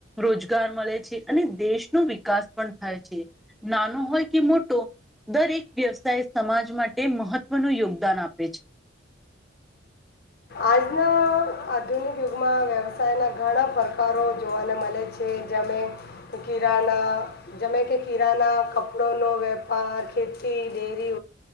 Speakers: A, in the centre; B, on the left.
A: રોજગાર મળે છે અને દેશનો વિકાસ પણ થાય છે નાનો હોય કે મોટો દરેક વ્યવસાય સમાજ માટે મહત્વનું યોગદાન આપે છે
B: આજના આધુનિક યુગમાં વ્યવસાયના ઘણા પ્રકારો જોવાને મળે છે જેમે કિરાના જેમે કે કિરાના કપડોનો વેપાર ખેતી ડેરી